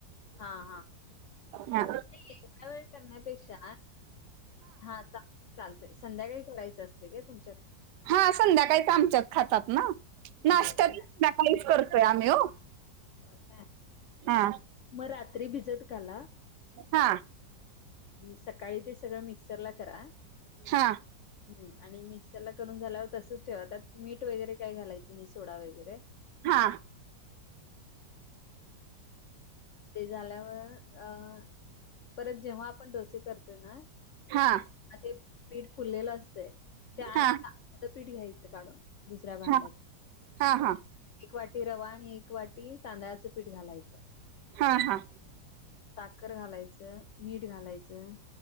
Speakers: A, on the left; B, on the right.
A: हा हा
B: हा
A: नाही एका वेळ करण्यापेक्षा हा चालतेय संध्याकाळी करायचं असते काय तुमच्यात
B: हा संध्याकाळीच आमच्यात खातात ना नाश्ता
A: होय काय
B: त संध्याकाळीच करतोय आम्ही हो
A: का
B: हा
A: मग रात्री भिजत काला
B: हा
A: आणि सकाळी ते सगळं मिक्सरला करा
B: हा
A: ह आणि मिक्सर ला करून झाल्यावर तसच ठेवा त्यात मीठ वगैरे काय घालायचं नाही सोडा वगैरे
B: हा
A: ते झाल्यावर अ परत जेव्हा आपण डोसे करतोय ना
B: हा
A: आ ते पीठ फुललेलं असतय त्या
B: हा
A: आतला अर्पीठ घ्यायचं काढून दुसऱ्या भांड्यात
B: हा हा हा
A: एक वाटी रवा आणि एक वाटी तांदळाचं पीठ घालायचं
B: हा हा
A: साखर घालायचं मीठ घालायचं.